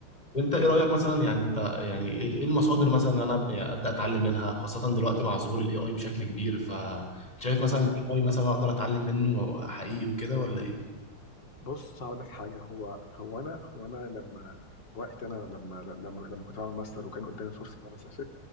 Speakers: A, on the left (about 20°); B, on the left (about 55°).
A: وانت ايه رأيك مثلا يعني انت يعني ايه إيه المصادر مثلا ان انا أب- يعني ابدأ اتعلم منها خاصة دلوقتي مع ظهور الاي اي بشكل كبير فشايف مثلا
B: امم
A: الاي اي مثلا اقدر اتعلم منه حقيقي وكده ولا ايه؟
B: بص هقول لك حاجة هو هو انا هو انا لما وقت انا لما لما لما كنت بعمل ماستر وكان قدامي فرصة ان انا اسافر